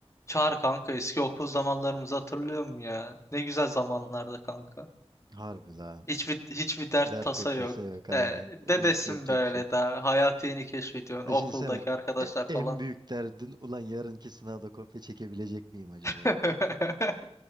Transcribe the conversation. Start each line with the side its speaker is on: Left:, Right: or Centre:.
Left: Çağır kanka eski okul zamanlarımızı hatırlıyor musun ya? Ne güzel zamanlardı kanka.
Right: Harbi la.
Left: Hiçbir hiçbir dert
Right: Dert
Left: tasa
Right: yok tasa
Left: yok.
Right: yok aynen.
Left: Ee, bebesin
Right: Hiç yapacak
Left: böyle
Right: bir şey yok.
Left: daha hayatı yeni keşfediyorsun
Right: Düşünsene
Left: okuldaki arkadaşlar
Right: e- en
Left: falan.
Right: büyük derdin ulan yarınki sınavda kopya çekebilecek miyim acaba?
Left: <laughs>